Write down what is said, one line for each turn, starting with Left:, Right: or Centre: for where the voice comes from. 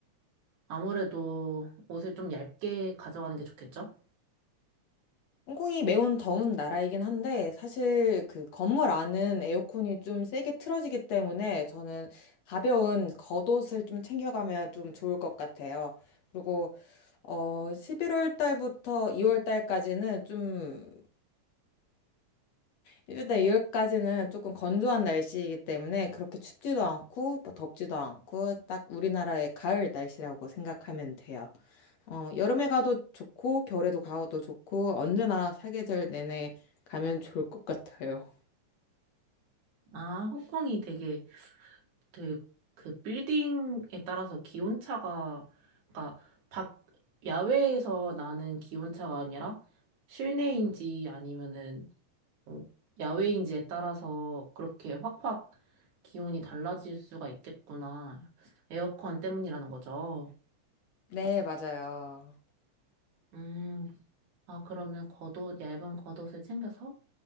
Right: 아무래도 옷을 좀 얇게 가져가는 게 좋겠죠?
Left: 홍콩이 매운 더운 나라이긴 한데 사실 그 건물 안은 에어컨이 좀 세게 틀어지기 때문에 저는 가벼운 겉옷을 좀 챙겨가면 좀 좋을 것 같아요. 그리고 어 11월 달부터 2월 달까지는 좀 일단 2월까지는 조금 건조한 날씨이기 때문에 그렇게 춥지도 않고 뭐 덥지도 않고 딱 우리나라의 가을 날씨라고 생각하면 돼요. 어, 여름에 가도 좋고, 겨울에도 가도 좋고, 언제나 사계절 내내 가면 좋을 것 같아요.
Right: 아, 홍콩이 되게 그, 그 빌딩에 따라서 기온차가, 그러니까 밖, 야외에서 나는 기온차가 아니라 실내인지 아니면은 어, 야외인지에 따라서 그렇게 확확 기온이 달라질 수가 있겠구나. 에어컨 때문이라는 거죠.
Left: 네, 맞아요.
Right: 음, 아, 그러면 겉옷, 얇은 겉옷을 챙겨서,